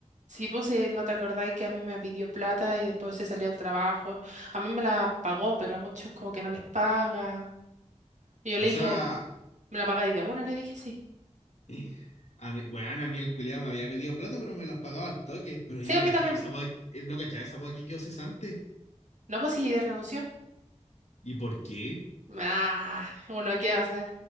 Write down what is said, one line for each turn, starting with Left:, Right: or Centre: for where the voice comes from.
Right: Sí, pues eh, no te acordáis que a mí me pidió plata y después se salió del trabajo. A mí me la pagó, pero a muchos como que no les paga. Y yo
Left: O
Right: le
Left: sea,
Right: dije, ¿me la pagáis de una? Le dije, sí.
Left: eh, a mí, weón, a mí el culiado me había pedido plata, pero me los pagaba al toque. Pero
Right: Sí,
Left: yo no
Right: a mí
Left: cachaba
Right: también.
Left: esa weá, eh, no cachaba esa weá que quedó cesante.
Right: No, pues sí, renunció.
Left: ¿Y por qué?
Right: Ah, bueno, ¿qué hace?